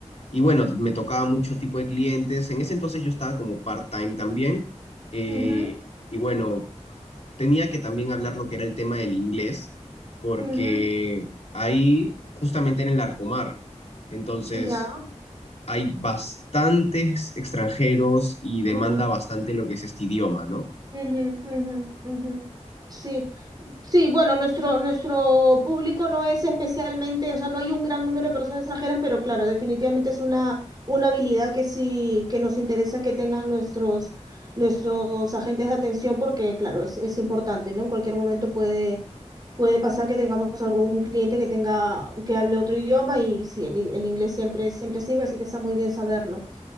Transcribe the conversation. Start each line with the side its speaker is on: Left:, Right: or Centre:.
Left: y bueno, me tocaba mucho tipo de clientes. En ese entonces yo estaba como part-time también. eh,
Right: Ujú,
Left: y bueno, tenía que también hablar lo que era el tema del inglés, porque
Right: ujú,
Left: ahí justamente era en el Arcomar. Entonces
Right: ya.
Left: hay bastantes extranjeros y demanda
Right: ujú,
Left: bastante lo que es este idioma, ¿no?
Right: ujú, ujú, ujú. Sí, sí, bueno, nuestro, nuestro público no es especialmente, o sea, no hay un gran número de personas extranjeras, pero claro, definitivamente es una, una habilidad que sí, que nos interesa que tengan nuestros, nuestros agentes de atención, porque claro, es, es importante, ¿no? En cualquier momento puede, puede pasar que tengamos algún cliente que tenga, que hable otro idioma y sí, el, el inglés siempre, siempre sirve, así que está muy bien saberlo.